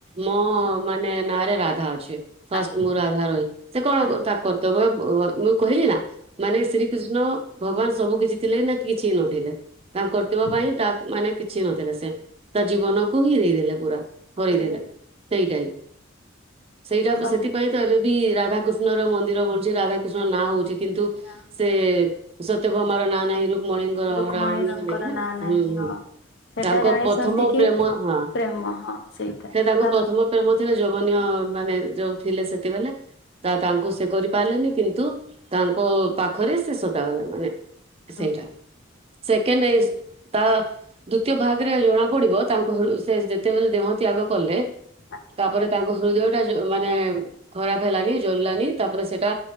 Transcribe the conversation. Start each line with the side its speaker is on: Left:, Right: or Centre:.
Right: ମୋ ମାନେ ନାଁ ରେ ରାଧା ଅଛି। ଫାଷ୍ଟ
Left: ଆଜ୍ଞା
Right: ମୁଁ ରାଧାର ହିଁ ସେ କଣ
Left: ଆଜ୍ଞା
Right: ତା କର୍ତ୍ତବ୍ଯ ବ ମୁଁ କହିଲି ନା
Left: ହଁ
Right: ମାନେ ଶ୍ରୀକୃଷ୍ଣ ଭଗବାନ ସବୁ କିଛି ଥିଲେ ନା କିଛି ନ ଥିଲେ। ତାଙ୍କ କର୍ତ୍ତବ୍ଯ
Left: ହଁ
Right: ପାଇଁ ତାଙ୍କ ମାନେ କିଛି ନଥିଲା ସେ ତା
Left: ଆଜ୍ଞା
Right: ଜୀବନକୁ ହିଁ ଦେଇଦେଲେ। ପୁରା ହରେଇ
Left: ଦେଇଦେଲେ
Right: ଦେଲେ ସେଇଟା ହିଁ ସେଇଟା
Left: ସମ୍
Right: ସେଥିପାଇଁ ତ ଏବେ ବି ରାଧା କୃଷ୍ଣ ର ମନ୍ଦିର ବନୁଛି ରାଧା କୃଷ୍ଣ ନାଁ ହଉଛି। କିନ୍ତୁ
Left: ନା ହଉଛି
Right: ସେ ସତ୍ୟଭାମା ର ନାଁ ନାହିଁ ରୁ ମଣିଙ୍କ
Left: ରୁକ୍ମଣୀ
Right: ରାନ୍
Left: ରଙ୍କର
Right: <inaudible>
Left: ନାଁ ନାହିଁ
Right: ହୁଁ ହୁଁ
Left: ହଁ ସେଟା
Right: ତାଙ୍କ
Left: ଜାଣିଛନ୍ତି
Right: ପ୍ରଥମ
Left: କି
Right: ପ୍ରେମ ହଁ
Left: ପ୍ରେମ ହଁ ସେଇଟା
Right: ସେ ତାଙ୍କ
Left: ତା
Right: ପ୍ରଥମ ପ୍ରେମ ଯବନୀୟ ମାନେ ଯୋଉ ଥିଲେ ସେତବେଳଲେ ତା
Left: ହୁଁ
Right: ତାଙ୍କୁ ସେ କରି ପାରିଲେନି କିନ୍ତୁ ତାଙ୍କ ପାଖରେ ସେ ସତା ଗଲା ମାନେ ସେଇଟା।
Left: ହୁଁ
Right: ସେ ସେ ତା ଦ୍ଵିତୀୟ ଭାଗରେ ଜଣା ପଡିବ ତାଙ୍କ ସେ ଯେତେବେଳେ ଦେହ ତ୍ୟାଗ କଲେ।
Left: ଆଜ୍ଞା
Right: ତାପରେ ତାଙ୍କ ହୃଦୟ ସେଟା ମାନେ ଖରାପ ହେଲାନି ଜରିଲାନି ତାପରେ ସେଟା